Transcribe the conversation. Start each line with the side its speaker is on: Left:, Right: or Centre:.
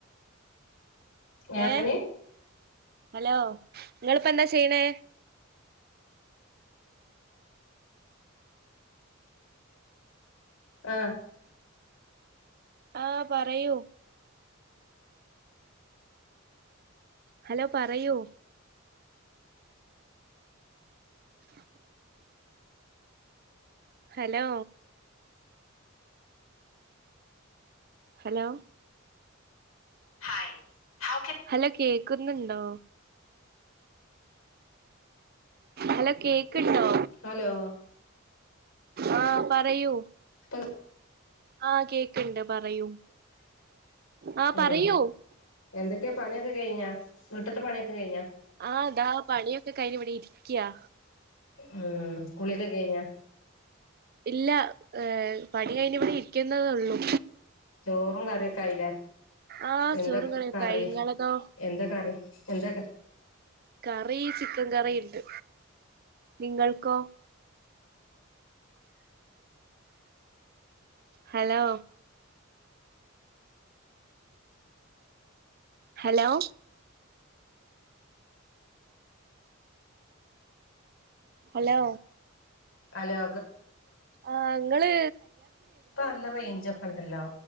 Left: ഞാന്
Right: ഏ ഹലോ നിങ്ങളിപ്പ എന്താ ചെയ്യണേ
Left: ആഹ
Right: ആഹ് പറയൂ ഹലോ പറയൂ <unintelligible> ഹലോ ഹലോ
Left: ഹായ് ഹാബ്
Right: ഹലോ കേക്കുന്നുണ്ടോ ഹലോ കേക്ക്ട്ടോ
Left: ഹലോ
Right: ആഹ പറയൂ
Left: ലോ
Right: ആഹ് കേക്ക്ണ്ട് പറയൂ ആഹ്
Left: ഉ
Right: പറയൂ
Left: എന്ത്ക്ക ക്കെ പണിയൊക്കെ കഴിഞ്ഞാ വിട്ടത്ത് പണിയൊക്കെ കഴിഞ്ഞ
Right: ആഹ അതാ പണിയൊക്കെ കയ്ഞ്ഞ ഇവിടെ ഇരിക്കയാ
Left: ഉം കുളിയൊക്കെ കഴിഞ്ഞ?
Right: ഇല്ല ഏ പണി കഴിഞ്ഞ ഇവിടെ ഇരിക്കുന്നത ഉള്ളൂ.
Left: ചോറും കറിയൊക്കെ ആയില്ലേ?
Right: ആഹ്
Left: എന്ത
Right: ചോറും കറിയൊക്കെ
Left: കറി
Right: ആയി ഇങ്ങളതോ
Left: എന്ത കറി എന്ത
Right: കറി ചിക്കൻ കറി ഉണ്ട് നിങ്ങൾക്കോ? ഹലോ? ഹലോ? ഹലോ
Left: ഹലോ
Right: ആ നിങ്ങള്
Left: ഇപ്പ നല്ല റേഞ്ച് ഒക്ക ഉണ്ടല്ലോ.